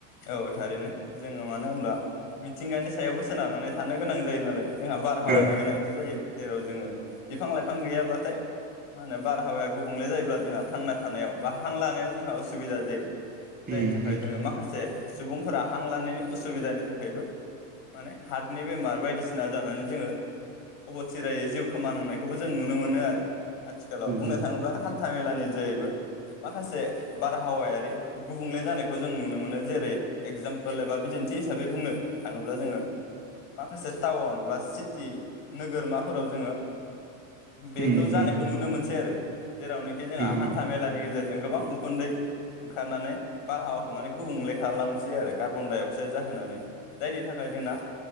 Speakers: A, on the left; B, on the right.
A: औ थारैनो जोङो मानो होनबा मिथिंगानो सायावबो सोनारनानै थानो गोनां जायो नालाय। जोंहा बारहावानि
B: ओ
A: गोनांथि जायो। जेराव जोङो बिफां लाइफां गैयाब्लाथाय मा होनो बारहावाया गुबुंले जायोब्ला जोंहा थांना थानायाव बा हां लानायाव जोंहा उसुबिदा जायो। जायनि
B: उम
A: थाखाय
B: उम
A: जोङो मा से सुबुंफोरा हां लानायनि उसुबिदानि थाखायबो माने हार्टनि बेमार बायदिसि ना जानानै जोङो अब'थिरायै जिउ खोमानांनायखौबो जों नुनो मोनो आरो। आथिखालाव
B: उम
A: बुंनो
B: उम
A: थाङोब्ला हान था मेलानि जोहैबो माखासे बारहावायारि गुबुंले जानायखौ जों नुनो मोनो जेरै एगजामपोल एबा बिदिन्थि हिसाबै बुंनो थाङोब्ला जोङो माखासे टाउन बा सिटि नोगोरमाफोराव जोङो बेखौ
B: उम
A: जानायखौ नुनो मोनसै आरो। जेरावनोखि
B: उम
A: जोंहा
B: उम
A: हान्था मेलानि गेजेर जों गोबां उखुन्दै ओंखारनानै बारहावाखौ माने गुबुंले खालामसै आरो कार्बन डाइ अक्साइड जाहोनानै। जायनि थाखाय जोंना